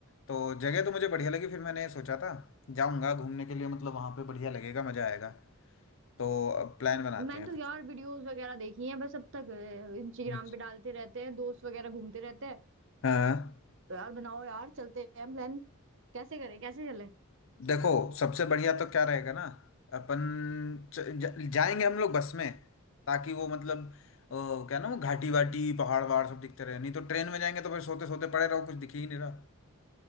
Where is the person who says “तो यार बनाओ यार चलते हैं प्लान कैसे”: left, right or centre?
Right